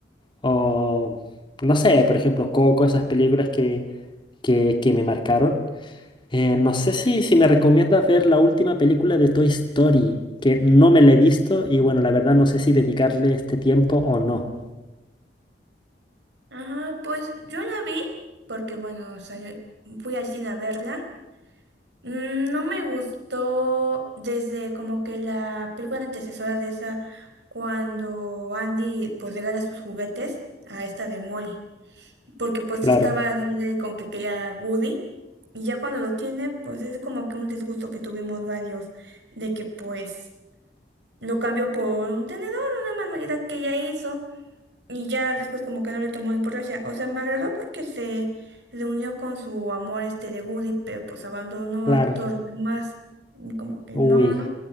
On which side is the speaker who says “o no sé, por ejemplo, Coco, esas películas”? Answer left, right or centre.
Left